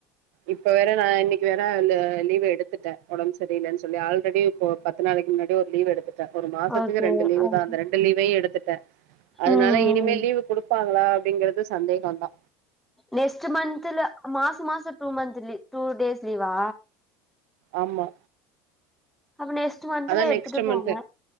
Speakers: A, on the right; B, in the centre.
A: இப்ப வேற நா இன்னைக்கு வேற அந்த லீவு எடுத்துட்டே ஒடம்பு சரியில்லனு சொல்லி ஆல்ரெடி இப்போ பத்து நாளைக்கு முன்னாடி ஒரு லீவு எடுத் ஒரு மாசத்துக்கு
B: ஓகே
A: ரெண்டு லீவுதா
B: ஓகே.
A: அந்த ரெண்டு லீவையு எடுத்துட்டே அதனால
B: ம்
A: இனிமேல்
B: ம்.
A: லீவு குடுப்பாங்களா அப்டிங்கறது சந்தேகோந்தா
B: நெக்ஸ்ட் மந்த்ல மாச மாசம் two month leave two days லீவா
A: ஆமா
B: அப்ப நெக்ஸ்ட் மந்த்ல
A: அதா
B: எடுத்துட்டு
A: நெக்ஸ்ட்
B: போங்க
A: மந்த்து